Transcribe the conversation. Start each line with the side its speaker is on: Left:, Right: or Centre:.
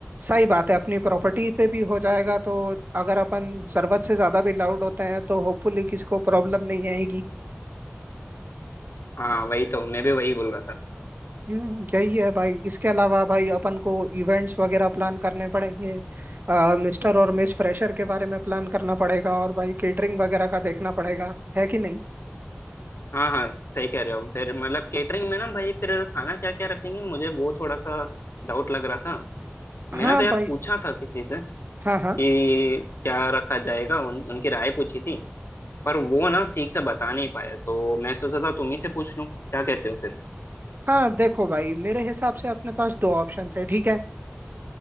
Right: सही बात है अपनी प्रॉपर्टी पे भी हो जाएगा तो अगर अपन जरूरत से ज्यादा भी लाउड होते हैं तो होपफुली किसी को प्रॉब्लम नहीं आएगी।
Left: हाँ वही तो मैं भी वही बोल रहा था
Right: हम्म, यही है भाई इसके अलावा भाई अपन को इवेंट्स वगैरह प्लान करने पड़ेंगे आ, मिस्टर और मिस फ्रेशर के बारे में प्लान करना पड़ेगा और भाई केटरिंग वगैरह का देखना पड़ेगा है कि नहीं
Left: हाँ हाँ सही कह रहे हो फिर मतलब केटरिंग में ना भाई फिर खाना क्या क्या रखेंगे मुझे वो थोड़ा सा डाउट लग रहा था मैंने
Right: हाँ
Left: तो यार
Right: भाई
Left: पूछा था किसी से
Right: हाँ हाँ
Left: कि क्या रखा जाएगा उन, उनकी राय पूछी थी पर वो ना ठीक से बता नहीं पाए तो मैं सोचा था तुम ही से पूछ लूं क्या कहते हो फिर
Right: हाँ देखो भाई मेरे हिसाब से अपने पास दो ऑप्शंस है ठीक है